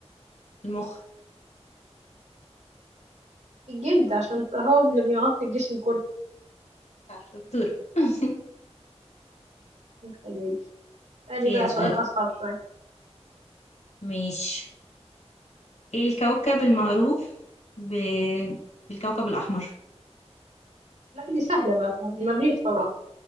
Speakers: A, on the left; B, on the right.
A: المخ
B: الجلد عشان هو اللي بيغطي الجسم كله
A: صح دكتور <laughs>
B: خليك قالي
A: اوكي
B: بقى
A: اسالك
B: سؤال اصعب شويه
A: ماشي ايه الكوكب المعروف ب... بالكوكب الاحمر
B: لا دي سهله بقى المريض طبعا